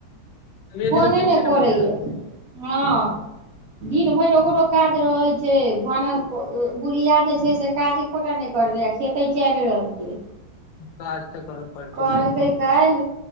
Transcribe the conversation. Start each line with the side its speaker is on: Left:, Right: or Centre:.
Left: तबियत
Right: फोने
Left: तबियत ठीक
Right: नै
Left: छै
Right: करैयै
Left: ने बौआ के?
Right: हँ दिन भरि ओकरो काज रहै छै भानस बुढ़िया जे छै से काज एकोटा नहि कर देे आ खेतै चारि रंग के
Left: काज तऽ करऽ पड़तै
Right: कहलकै काल्हि